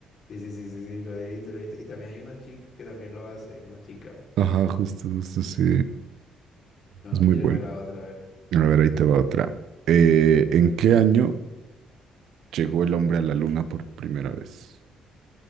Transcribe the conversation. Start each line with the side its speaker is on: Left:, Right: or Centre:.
Left: Sí, sí, sí, sí, sí, lo he visto, lo he visto. Y también hay una chica que también lo hace, una chica.
Right: Ajá, justo, justo, sí.
Left: Bueno,
Right: Es muy
Left: tírame
Right: bueno.
Left: la otra vez.
Right: A ver, ahí te va otra. Eh, ¿en qué año llegó el hombre a la luna por primera vez?